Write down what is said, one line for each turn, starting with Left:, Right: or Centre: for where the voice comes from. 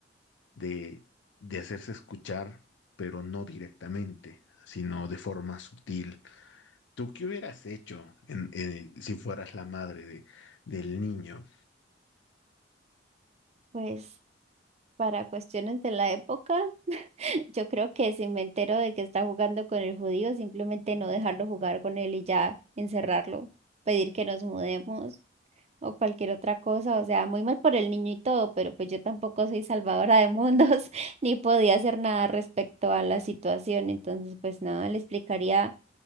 Left: de, de hacerse escuchar, pero no directamente, sino de forma sutil. ¿Tú qué hubieras hecho en- eh, si fueras la madre de, del niño?
Right: pues para cuestiones de la época. Yo creo que si me entero de que está jugando con el judío, simplemente no dejarlo jugar con él y ya encerrarlo, pedir que nos mudemos o cualquier otra cosa. O sea, muy mal por el niño y todo, pero pues yo tampoco soy salvadora de mundos <laughs> ni podía hacer nada respecto a la situación. Entonces, pues nada, le explicaría